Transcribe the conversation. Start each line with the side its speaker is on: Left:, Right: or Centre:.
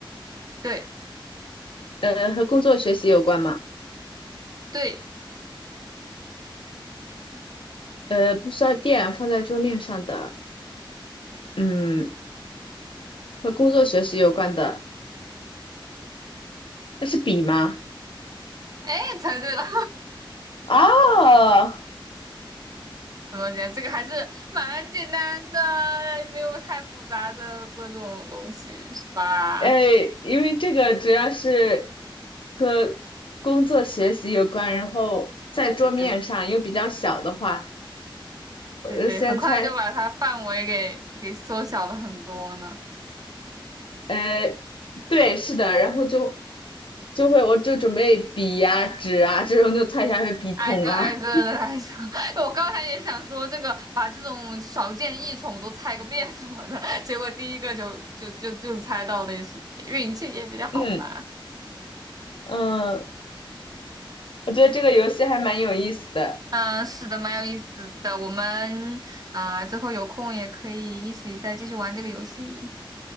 Right: 对
Left: 呃，和工作学习有关吗？
Right: 对，
Left: 呃，不需要电，放在桌面上的，嗯，和工作学习有关的，那是笔吗？
Right: 哎，猜对了。
Left: 哦，
Right: 怎么讲？这个还是蛮简单的，没有太复杂的各种东西，是吧？
Left: 哎，因为这个主要是和工作学习有关，然后在桌面上又比较小的话，
Right: 对对
Left: 呃，
Right: 对对，
Left: 先猜，
Right: 很快就把它范围给给缩小了很多呢。
Left: 呃，对，是的，然后就就会，我就准备笔呀、纸啊这种，就猜一下是笔筒啊，
Right: 挨个挨个的来说，<laughs> 我刚才也想说这个，把这种少见异宠都猜个遍什么的，结果第一个就就就就猜到了，也是运气也比较好吧。
Left: <laughs> 嗯嗯，我觉得这个游戏还蛮有意思的，
Right: 啊，嗯、是的，蛮有意思的。我们啊、之后有空也可以一起再继续玩这个游戏。